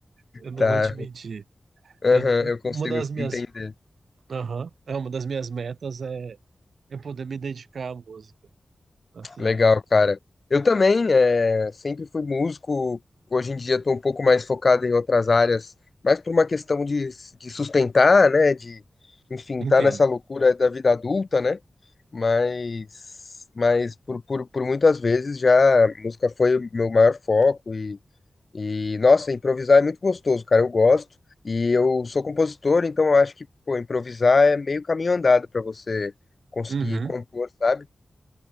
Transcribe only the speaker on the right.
Eu não
vou te mentir.
Eu,
uma das minhas
Aham. É uma das minhas metas é, é poder me dedicar à música. Assim,
entendo.
Uhum.